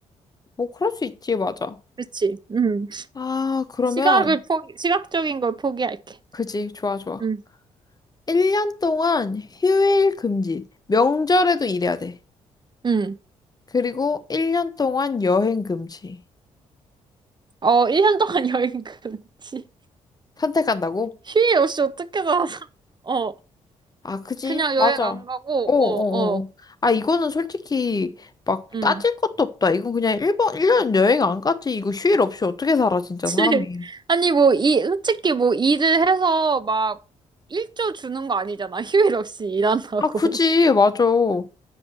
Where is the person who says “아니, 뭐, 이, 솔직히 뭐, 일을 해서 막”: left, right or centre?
Right